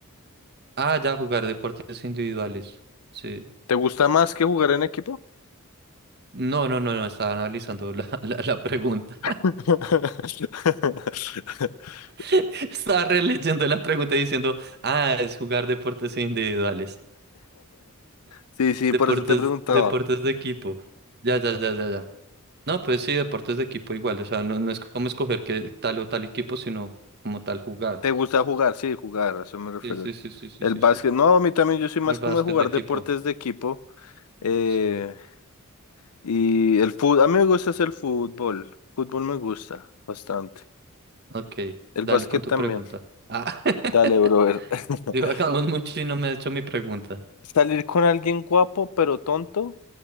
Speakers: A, on the right (about 45°); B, on the left (about 85°).
A: Ah, ya jugar deportes individuales. Sí.
B: ¿Te gusta más que jugar en equipo?
A: No, no, no, no, estaba analizando la, <laughs> la, la pregunta.
B: <laughs>
A: <laughs> Estaba releyendo la pregunta y diciendo, ah, es jugar deportes individuales.
B: Sí, sí,
A: Deportes,
B: por eso te preguntaba.
A: deportes de equipo. Ya, ya, ya, ya, ya. No, pues sí, deportes de equipo igual, o sea, no, no es como escoger que tal o tal equipo, sino como tal jugar.
B: ¿Te gusta jugar? Sí, jugar, a eso me refiero.
A: Sí, sí, sí, sí, sí,
B: El
A: sí,
B: básquet,
A: sí.
B: no, a mí también yo soy más
A: El básquet
B: como de jugar
A: de equipo,
B: deportes de equipo. eh,
A: sí.
B: y el fútbol, a mí me gusta es el fútbol. Fútbol me gusta bastante.
A: Ok,
B: El
A: dale
B: básquet
A: con tu
B: también.
A: pregunta. Ah, <laughs>
B: Dale, brother. <laughs>
A: divagamos mucho y no me ha hecho mi pregunta.
B: Salir con alguien guapo pero tonto